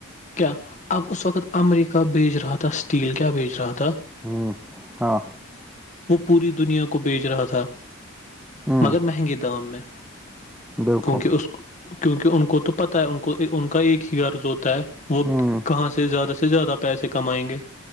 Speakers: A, on the left; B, in the centre.
A: کیا اب اس وقت امریکہ بیچ رہا تھا اسٹیل کیا بیچ رہا تھا
B: ہوں ہاں
A: وہ پوری دنیا کو بیچ رہا تھا
B: ہوں
A: مگر مہنگے دام میں
B: بالکل
A: کیونکہ اس کیونکہ ان کو تو پتہ ہے ان کو ان کا ایک ہی غرض ہوتا ہے وہ
B: ہوں
A: کہاں سے زیادہ سے زیادہ پیسے کمائیں گے